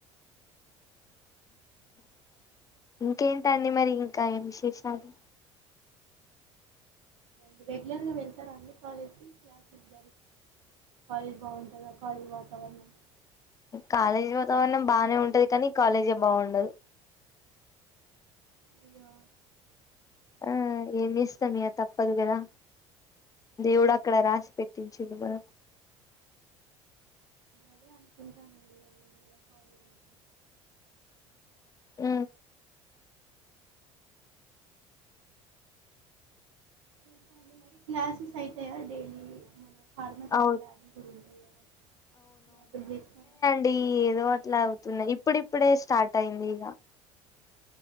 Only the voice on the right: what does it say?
డి రెగ్యులర్ గా వెళ్తారాండి కాలేజ్ క్లాసెస్ కాలేజ్బాగుంటందా కాలేజ్ వాతావరణం
అయ్యో
అదే అనుకుంటానుండి ఇ నేను కూడా కాలేద అంటే
ఇంకా అండి మరి క్లాసెస్ అయితాయా డైలీ మన ఫార్మసీలో
<inaudible> ల్యాబులు కూడా ఉంటాయా ల్యాబులు చేస్తారా